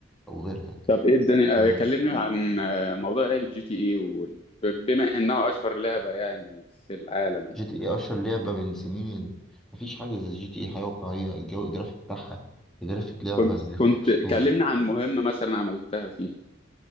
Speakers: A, in the centre; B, on the left.
A: أو غيرها
B: طب ايه الدنيا
A: آه
B: آه، كلمني عن آه، موضوع لعبه جي تي اي و... بما انها اشهر لعبه يعني في العالم
A: جي تي اي اشهر لعبه من سنين مفيش حاجه زي جي تي اي حاجه واقعيه الجو الجرافيك بتاعها جرافيك لعبه
B: كنت
A: جرافيك
B: كنت
A: اسطوري
B: كلمنا عن مهمة مثلا عملتها فيه